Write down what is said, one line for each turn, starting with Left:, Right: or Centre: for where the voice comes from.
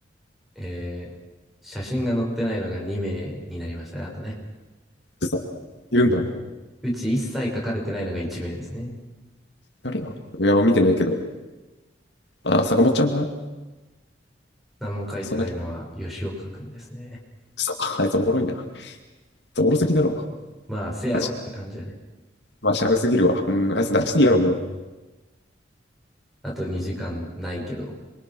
Centre: えー写真が載ってないのが2名になりましたね。あとね。
Left: くそ、いるんだ。
Centre: うち一切書かれてないのが1名ですね。
Left: 誰よ。いや、見てないけど。あ、坂本ちゃんかな
Centre: 何も書いてないのは吉岡くんですね。
Left: そんな、さ、あいつおもろいな。おもろすぎだろ。
Centre: まあ、せやろって感じやね。
Left: あし、まあ、シャフすぎるわ。うん、あいつ出していいやろ、
Centre: うん。
Left: もう。
Centre: あと2時間ないけど。